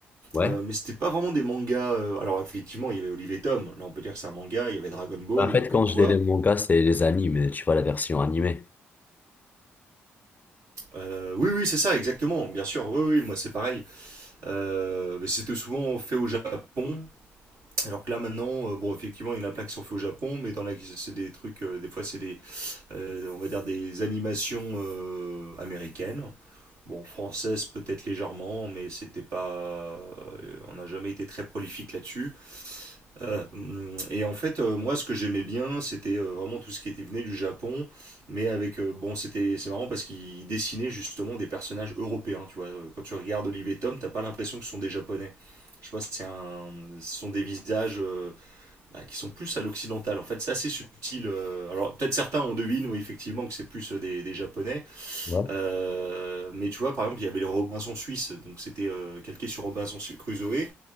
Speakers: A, on the left; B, on the right.
A: Ouais.
B: euh, mais c'était pas vraiment des mangas. euh, alors, effectivement, il y avait Olive et Tom, là, on peut dire que c'est un manga, il y avait Dragon Ball,
A: En fait,
B: euh, comme
A: quand
B: toi.
A: je dis les mangas, c'est les animes, tu vois, la version animée.
B: Euh, oui, oui, c'est ça, exactement, bien sûr, oui, oui, moi, c'est pareil. Euh, mais c'était souvent fait au Japon. Alors que là maintenant, euh, bon effectivement il y en a plein qui sont faits au Japon, mais dans la c'est des trucs, euh, des fois c'est des, euh, on va dire des animations euh, américaines, bon françaises peut-être légèrement, mais c'était pas, euh, on n'a jamais été très prolifique là-dessus. Euh, hum, et en fait euh, moi ce que j'aimais bien c'était euh, vraiment tout ce qui était venu du Japon, mais avec euh, bon c'était c'est marrant parce qu'ils dessinaient justement des personnages européens, tu vois. Euh, Quand tu regardes Olive et Tom, t'as pas l'impression que ce sont des Japonais. Je sais pas, c'est un, ce sont des visages. euh, bah, qui sont plus à l'occidental. En fait, c'est assez subtil. euh, alors, peut-être certains on devine, oui, effectivement, que c'est plus euh, des, des Japonais.
A: Ouais.
B: Euh, mais tu vois, par exemple, il y avait les Robinson Suisse, donc c'était euh, calqué sur Robinson Crusoe.